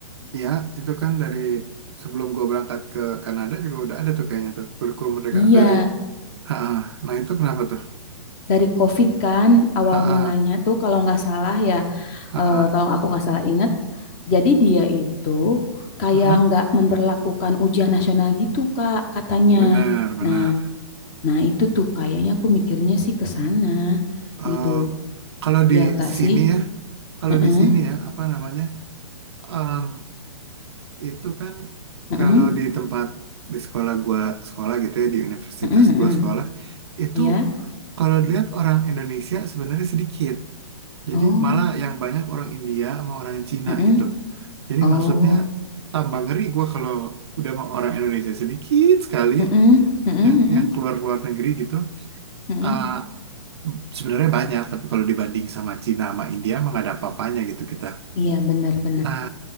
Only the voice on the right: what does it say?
Iya, itu kan dari sebelum gue berangkat ke Kanada juga udah ada tuh kayaknya tuh kurikulum merdeka
dari Ha, nah itu kenapa tuh?
Ha,
ha,
hmm,
benar, benar.
Eh,
kalau di
sini
ya, kalau
di sini ya, apa namanya? em, itu kan
kalau di tempat di sekolah gua sekolah gitu ya, di universitas
gua
sekolah, itu
kalau dilihat orang Indonesia sebenarnya sedikit. Jadi
malah yang banyak orang India sama orang Cina
gitu. Jadi
maksudnya tambah ngeri gua kalau udah mau orang Indonesia sedikit sekali.
yang
yang keluar keluar negeri gitu
eh, sebenarnya banyak tapi kalau dibanding sama Cina sama India emang gak ada apa-apanya gitu kita
nah